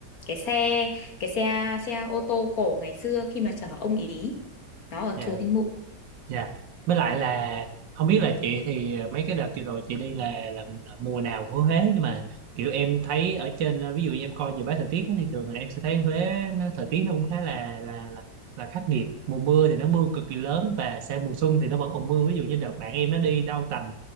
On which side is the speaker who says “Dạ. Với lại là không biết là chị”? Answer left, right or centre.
Right